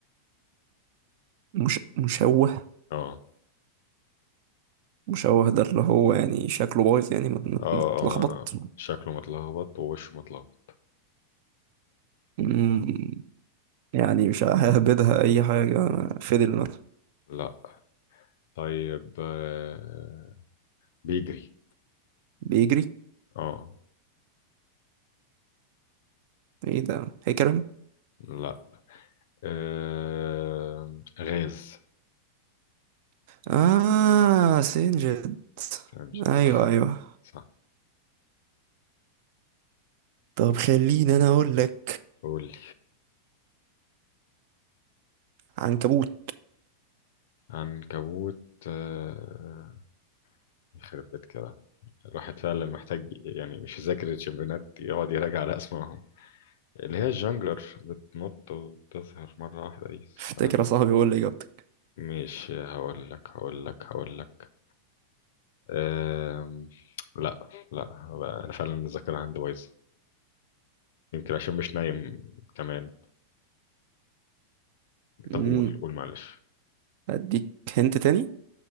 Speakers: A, on the right; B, on the left.
A: مش مشوه
B: اه
A: مشوه ده اللي هو يعني شكله بايظ يعني مت- مت-
B: اه
A: متلخبط
B: اه شكله متلخبط ووشه متلخبط
A: مم، يعني مش ههبدها اي حاجة فضل مثلا
B: لا طيب آه، بيجري
A: بيجري
B: اه
A: ايه ده هيكرم
B: لا آه... غاز
A: اه سنجد
B: فهمت.
A: ايوه
B: صح
A: ايوه
B: صح
A: طب خليني انا اقول لك
B: قول لي
A: عنكبوت
B: عنكبوت آه... يخرب بيت كده الواحد فعلا محتاج يعني مش يذاكر الشمبيونات يقعد يراجع على اسمائهم اللي هي الجانجلر بتنط وتظهر مرة واحدة دي اسمها-
A: افتكر يا صاحبي قول لي اجابتك
B: ماشي هقول لك هقول لك هقول لك آم... لا لا هو أنا فعلا الذاكرة عندي بايظة يمكن عشان مش نايم كمان
A: امم
B: طب قول قول معلش
A: اديك هنت تاني